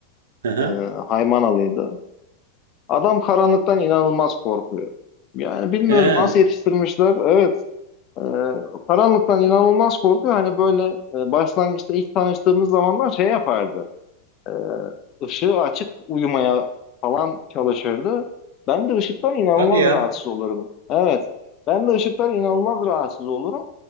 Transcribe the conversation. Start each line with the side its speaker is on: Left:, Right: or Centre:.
Right: Hı hı.
Left: E, Haymanalıydı. Adam karanlıktan inanılmaz korkuyor. Yani bilmiyorum
Right: He,
Left: nasıl yetiştirmişler. Evet Ee, karanlıktan inanılmaz korkuyor. Hani böyle e, başlangıçta ilk tanıştığımız zamanlar şey yapardı. Ee, ışığı açık uyumaya falan çalışırdı. Ben de ışıktan inanılmaz
Right: hadi ya.
Left: rahatsız olurum. Evet. Ben de ışıktan inanılmaz rahatsız olurum.